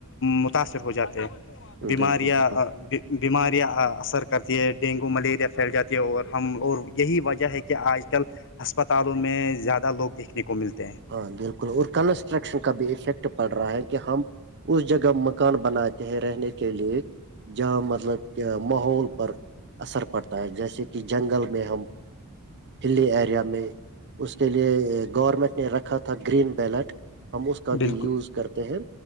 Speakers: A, on the left; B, on the right.
A: متاثر ہو جاتے ہیں
B: بالکل
A: بیماریاں
B: بالکل
A: بیماریاں اثر کرتی ہے ڈینگو ملیریا پھیل جاتی ہے اور ہم اور یہی وجہ ہے کہ آج آ کل ہسپتالوں میں زیادہ لوگ دیکھنے کو ملتے ہیں
B: ہاں بالکل اور کنسٹرکشن کا بھی افیکٹ پڑ رہا ہے کہ ہم اس جگہ مکان بناتے ہیں رہنے کے لیے جہاں مطلب کہ ماحول پر اثر پڑتا ہے جیسے کہ جنگل میں ہم ہلی ایریا میں اس کے لیے گورنمنٹ رکھا تھا گرین بیلٹ ہم اس کا
A: بالکل
B: بھی یوز کرتے ہیں